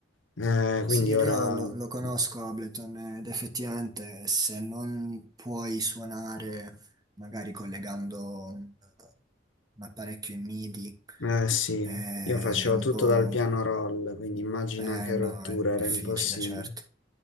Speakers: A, on the left; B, on the right.
A: Eh, quindi
B: Sì, io
A: ora...
B: lo,
A: mm.
B: lo conosco Ableton ed effettivamente se non puoi suonare magari collegando un, un apparecchio in MIDI
A: Eh sì,
B: eh,
A: io facevo
B: è un
A: tutto
B: po'...
A: dal piano roll, quindi immagina
B: eh
A: che
B: no,
A: rottura,
B: è difficile,
A: era impossibile.
B: certo.